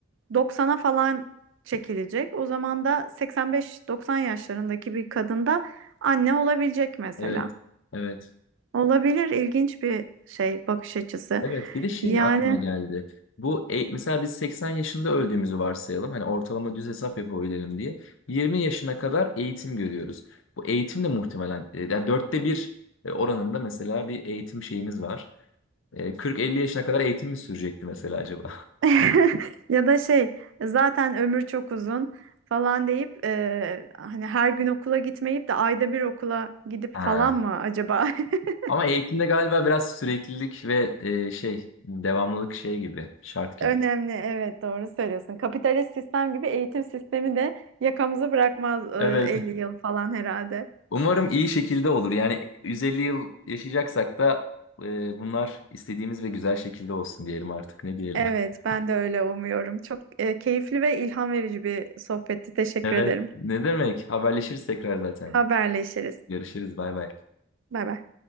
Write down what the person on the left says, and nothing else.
Evet. Evet.
Evet bir de şey
aklıma geldi. Bu e, mesela biz 80 yaşında öldüğümüzü varsayalım. Hani ortalama düz hesap yapabilelim diye. 20 yaşına kadar eğitim görüyoruz. Bu eğitim de muhtemelen e, yani dörtte bir e, oranında mesela bir eğitim şeyimiz var. E, 40-50 yaşına kadar eğitim mi sürecekti mesela acaba?
<laughs>
Ha.
Ama eğitimde galiba biraz süreklilik ve e, şey devamlılık şey gibi şart gibi.
Evet.
Umarım iyi şekilde olur. Yani 150 yıl yaşayacaksak da e, bunlar istediğimiz ve güzel şekilde olsun diyelim artık. Ne diyelim?
<laughs>
Evet.
Ne demek? Haberleşiriz tekrar zaten.
Görüşürüz. Bay bay.